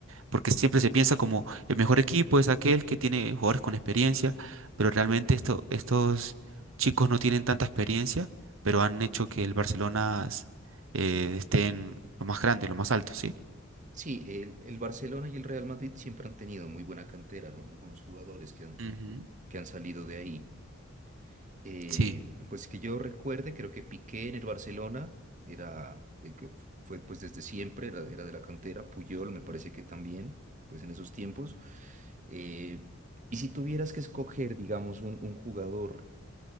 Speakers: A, on the right; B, on the right.
A: porque siempre se piensa como el mejor equipo es aquel que tiene jugadores con experiencia, pero realmente esto, estos chicos no tienen tanta experiencia, pero han hecho que el Barcelona s- eh, esté en lo más grande, lo más alto, ¿sí?
B: Sí, el, el Barcelona y el Real Madrid siempre han tenido muy buena cantera, ¿no? Muy buenos jugadores que han,
A: Ujú,
B: que han salido de ahí. Eh,
A: Sí,
B: pues que yo recuerde, creo que Piqué en el Barcelona era, eh, que fu- fue pues desde siempre, era, era de la cantera. Puyol me parece que también, pues en esos tiempos. Eh, y si tuvieras que escoger, digamos, un, un jugador